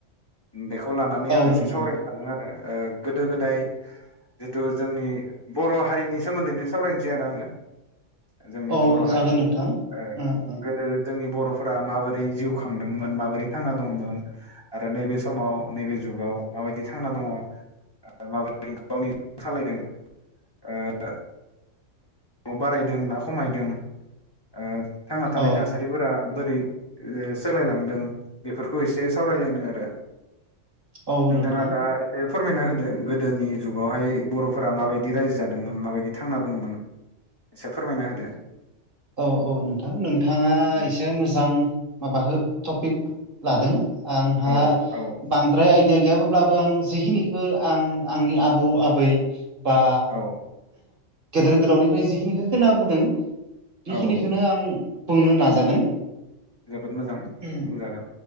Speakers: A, on the left (about 20°); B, on the right (about 45°).
A: बेखौ लानानै
B: औ
A: आं एसे
B: नोंथां
A: सावरायनो सानदों आरो ओ गोदो गोदाय जिथु जोंनि बर' हारिनि सोमोन्दैनो सावरायनोसै आरो आङो। जोंनि
B: औ
A: बर' हारि
B: जागोन नोंथां
A: ओ
B: ओं
A: गोदो जोंनि बर'फोरा माबोरै जिउ खांदोंमोन माबोरै थांना दंमोन आरो नैबे समाव नैबे जुगाव माबायदि थांना दङ माबोरै गावनि सालायदों <unintelligible> बारायदों ना खमायदों ओ थांना थानाय
B: ओं
A: थासारिफोरा बोरै सोलायलांदों बेफोरखौ एसे सावरायलायनो आरो
B: औ
A: नोंथाङा
B: नोंथां
A: दा एसे फोरमायना होदो गोदोनि जुगावहाय बर'फोरा माबाय बिदि रायजो जादोंमोन माबायदि थांना दंमोन एसे फोरमायना होदो।
B: औ औ नोंथां नोंथाङा
A: उम
B: एसे मोजां माबाख टपिक लादों। आंहा
A: औ औ
B: बांद्राय आइदिया गैयाब्लाबो आं जिखिनिखौ आं आंनि आबौ आबै बा
A: औ
B: गेदेर गोलावनिफ्राय जिखिनिखौ खोनाबोदों बेखिनिखौनो
A: औ
B: आं बुंनो नाजागोन।
A: जोबोद मोजां
B: अ
A: बुंजागोन